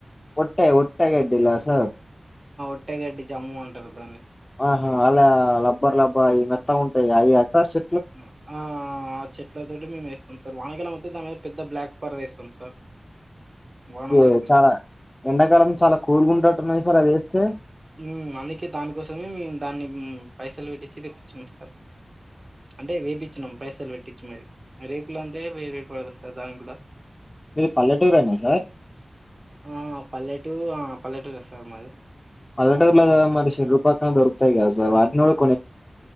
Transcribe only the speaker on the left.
ఒట్టే ఒట్టగా అడ్డిలా సార్
ఆహా అలా లబ్బర్ లబ్బా అవి మెత్త ఉంటాయి అవి అ చె
కే
చాలా ఎండాకాలం చాలా కూలుగా ఉంటుట్టున్నాయి సార్ అదే స
మీది పల్లెటూరేనా సార్
పల్లెటూర్లో మరి చెరువు పక్కన దొకుతయిద కదా సార్ వాటిని ఎవరు